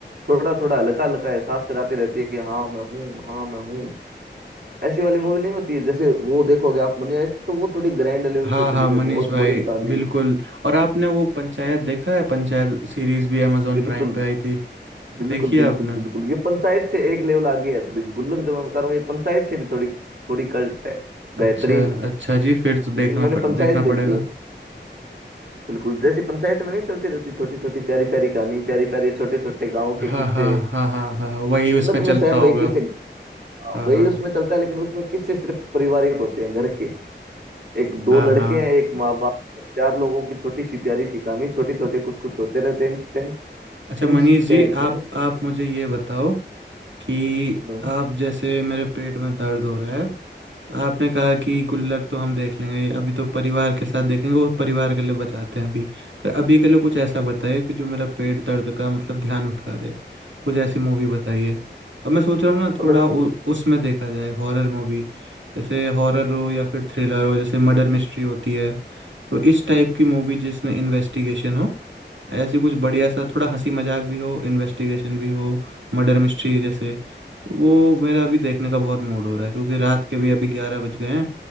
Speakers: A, on the right (about 60°); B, on the right (about 80°).
A: थोड़ा थोड़ा हल्का हल्का एहसास कराती रहती है कि हाँ मैं हूँ हाँ मैं हूँ ऐसी वाली मूवी नहीं होती है जैसे वो देखोगे आप मनी हाइस्ट तो वो थोड़ी ग्रैंड लेवल
B: हाँ
A: पे
B: हाँ
A: चली गई
B: मनीष
A: बहुत
B: भाई
A: बड़ी कहानी
B: बिल्कुल और आपने वो पंचायत देखा है पंचायत सीरीज भी अमेजोन
A: बिल्कुल
B: प्राइम पे आई थी
A: बिल्कुल
B: देखिए
A: बिल्कुल
B: आपने
A: बिल्कुल ये पंचायत से एक लेवल आगे है थोड़ी गुल्लक जो मैं बता रहा हूँ ये पंचायत से भी थोड़ी थोड़ी कल्ट है बेहतरीन
B: अच्छा अच्छा जी फिर तो देखना
A: लेकिन मैंने
B: पड़,
A: पंचायत
B: देखना पड़ेगा
A: देखी है बिल्कुल जैसी पंचायत में नहीं चलती रहती छोटी छोटी प्यारी प्यारी कहानी प्यारी प्यारी छोटे छोटे गाँव
B: हाँ
A: के किस्से
B: हाँ हाँ हाँ हाँ हाँ वही उसमें
A: गुल्लक
B: चलता
A: में सेम
B: होगा
A: वही किस्से हाँ,
B: हाँ
A: वही
B: हाँ
A: उसमें चलता है लेकिन उसमें किस्से सिर्फ पारिवारिक होते हैं घर के एक दो
B: हाँ
A: लड़के
B: हाँ
A: हैं एक माँ बाप का बच्चा आप लोगों की छोटी सी प्यारी सी कहानी छोटे छोटे कुछ कुछ होते रहते हैं इंसिडेंट
B: अच्छा
A: इंसिडेंट
B: मनीष जी आप
A: नहीं बोलते
B: आप मुझे ये बताओ कि
A: हम्म।
B: आप जैसे मेरे पेट में दर्द हो रहा है तो आपने कहा कि गुल्लक तो हम देख लेंगे ये अभी तो परिवार के साथ देखेंगे वो परिवार के लिए बचाते हैं अभी पर अभी के लिए कुछ ऐसा बताइए कि जो मेरा पेट दर्द का मतलब ध्यान भटका दे कुछ ऐसी मूवी बताइए अब मैं सोच रहा हूँ ना
A: अगर
B: थोड़ा
A: आप
B: उ- उसमें देखा जाए हॉरर मूवी जैसे हॉरर हो या फिर थ्रिलर हो जैसे मर्डर मिस्ट्री होती है तो इस टाइप की मूवी जिसमें इन्वेस्टिगेशन हो ऐसी कुछ बढ़िया सा थोड़ा हंसी मजाक भी हो इन्वेस्टिगेशन भी हो मर्डर मिस्ट्री जैसे तो वो मेरा अभी देखने का बहुत मूड हो रहा है क्योंकि रात के भी अभी ग्यारह बज गए हैं